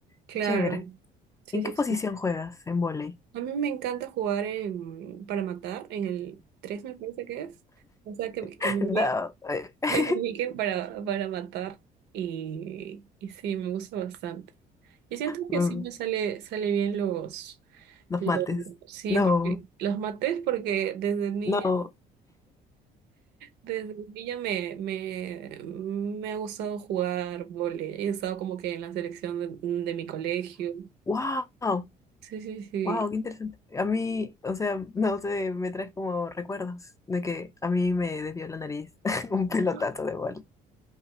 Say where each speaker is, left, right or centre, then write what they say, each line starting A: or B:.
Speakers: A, on the right (about 80°); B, on the left (about 20°).
A: Claro,
B: Qué chévere.
A: sí,
B: ¿En
A: sí,
B: qué posición
A: sí.
B: juegas en vóley?
A: A mí me encanta jugar en, para matar en el 3 me parece que es. O sea, que, que
B: <laughs>
A: me, <laughs>
B: No. eh, <laughs>
A: Miken para, para matar y, y sí, me gusta bastante. Y siento
B: mm,
A: que sí me sale, sale bien los,
B: Los
A: los-
B: mates.
A: sí,
B: No,
A: porque los maté porque desde niña,
B: no.
A: desde niña me, me, me ha gustado jugar vóley. He estado como que en la selección de, de mi colegio.
B: ¡Wow!
A: Sí, sí, sí.
B: ¡Wow! ¡Qué interesante! A mí, o sea, no sé, me traes como recuerdos de que a mí me desvió la nariz <laughs> un pelotazo
A: Ah,
B: de bola.